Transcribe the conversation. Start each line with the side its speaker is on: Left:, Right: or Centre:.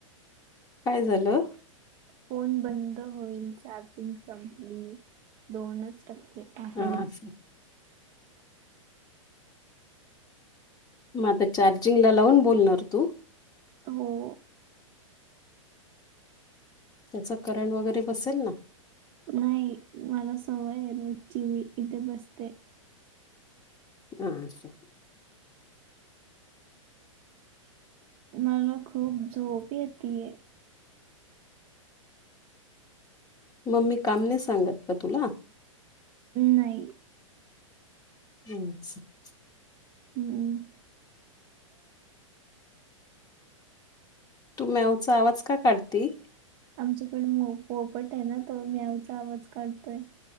Left: काय झालं?
Right: फोन बंद होईल चार्जिंग संपली दोनच टक्के आहे.
Left: हा असं. म आता चार्जिंगला लावून बोलणार तू?
Right: हो.
Left: त्याचं करंट वगैरे बसेल ना.
Right: नाय मला सवय हाय रोजची मी इथ बसते.
Left: हा आस.
Right: मला खूप झोप येतिये.
Left: मम्मी काम नाय सांगत का तुला?
Right: नाही.
Left: <unintelligible>
Right: हम्म.
Left: तू म्यावचा आवाज का काढती?
Right: आमच्याकडे मो पोपट आय ना तो म्यावचा आवाज काढतोय.